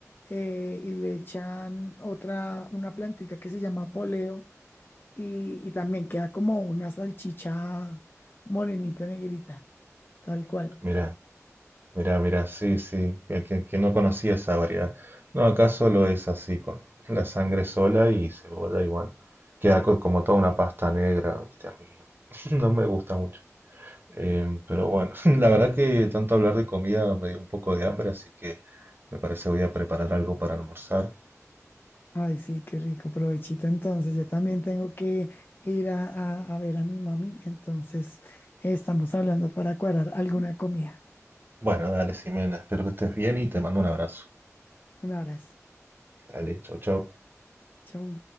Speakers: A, on the left; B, on the right.
A: eh, y le echan otra, una plantica que se llama poleo y, y también queda como una salchicha morenita negrita, tal cual.
B: Mira, mira, mira, sí, sí. Que, que- que no conocía esa variedad. No, acá solo es así, con la sangre sola y cebolla y bueno. Queda co- como toda una pasta negra, ¿viste? A mí <laughs> no me gusta mucho. Em, pero bueno, <laughs> la verdad que tanto hablar de comida me dio un poco de hambre, así que me parece voy a preparar algo para almorzar.
A: Ay, sí, qué rico, provechito. Entonces, yo también tengo que ir a, a- a ver a mi mami. Entonces, estamos hablando para cuadrar alguna comida.
B: Bueno, dale, Ximena, espero que estés bien y te mando un abrazo.
A: Un abrazo.
B: Dale, chau, chau.
A: Chau.